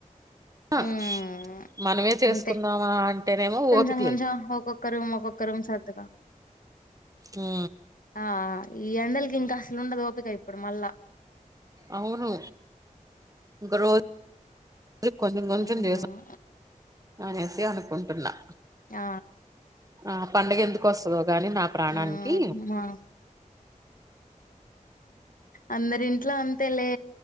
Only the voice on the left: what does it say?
మ్మ్
అంతే
కొంచెం
కొంచెం
ఒక్కొక్క రూమ్ ఒక్కొక్క రూమ్ సర్దుతా
ఆ ఈ ఎండలకి ఇంకా అసలు ఉండదు ఓపిక ఇప్పుడు మళ్ళా
మ్మ్
ఆ
మ్మ్ మా అందరి ఇంట్లో అంతేలే